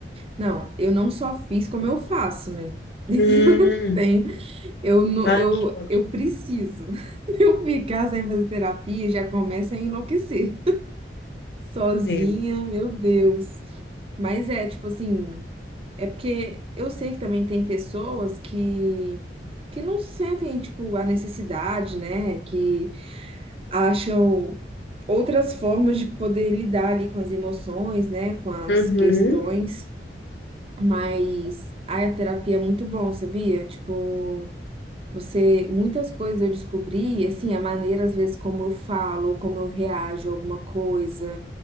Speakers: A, on the right; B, on the left.
A: Não, eu não só fiz como eu faço, né? <laughs> Eu
B: Hum,
A: tenho Eu, não-
B: ah,
A: eu,
B: que ótimo.
A: eu preciso. <laughs> Eu ficar sem fazer terapia já começa a enlouquecer. Sozinha,
B: Deus.
A: meu Deus. Mas é, tipo assim, é porque eu sei que também tem pessoas que, que não sentem, tipo, a necessidade, né? Que acham outras formas de poder lidar ali com as emoções, né? Com as
B: Uhum.
A: questões. Mas ai, a terapia é muito bom, sabia? Tipo. Você, muitas coisas eu descobri, assim, a maneira, às vezes, como eu falo, ou como eu reajo a alguma coisa,